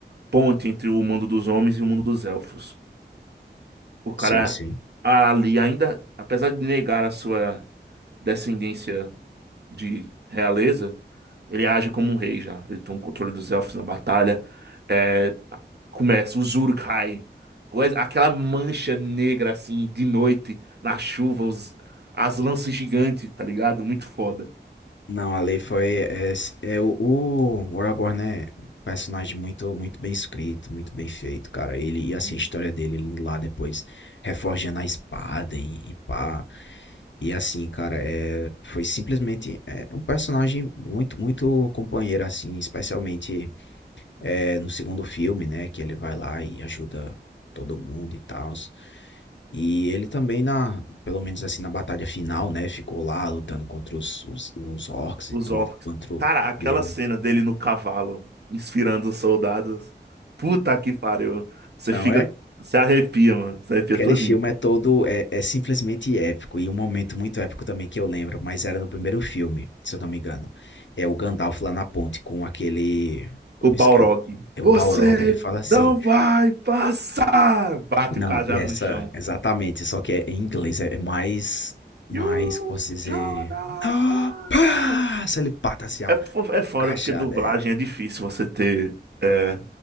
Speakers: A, on the right (about 65°); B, on the left (about 85°).
A: ponte entre o mundo dos homens e o mundo dos elfos. O cara
B: sim, sim.
A: ali ainda, apesar de negar a sua descendência de realeza, ele age como um rei já. Ele toma o controle dos elfos na batalha. É, começa, o Uruk-hai. O ex- Aquela mancha negra assim, de noite, na chuva, os- as lanças gigantes, tá ligado? Muito foda.
B: Não, a lei foi. É, é o, o Aragorn é um personagem muito, muito bem escrito, muito bem feito, cara. Ele, e assim,
A: Sim.
B: a história dele, ele lá depois reforjando a espada e, e pá. E assim, cara, é, foi simplesmente é, um personagem muito, muito companheiro, assim, especialmente. É, no segundo filme, né, que ele vai lá e ajuda todo mundo e tal. E ele também na, pelo menos assim na batalha final, né, ficou lá lutando contra os, os, os orcs e
A: Os
B: tudo,
A: orcs.
B: contra o
A: Cara, aquela
B: Guerra.
A: cena dele no cavalo, inspirando os soldados. Puta que pariu. Você
B: Não
A: fica.
B: é?
A: Você arrepia, mano. Você arrepia
B: Aquele
A: todinho.
B: filme é todo, é, é simplesmente épico, e um momento muito épico também que eu lembro, mas era no primeiro filme, se eu não me engano. É o Gandalf lá na ponte com aquele,
A: O Balrog.
B: isso que é o, é
A: Você
B: o Balrog, ele fala assim,
A: não vai passar! Bate
B: Não,
A: o cajado
B: e essa,
A: no chão.
B: exatamente, só que é em inglês, é, é mais, mais,
A: You
B: como posso dizer,
A: shall not
B: ah,
A: pass!
B: pá, se ele pata assim, a
A: É, fo- é foda
B: cajada,
A: porque dublagem
B: é, pra
A: é difícil você ter. É,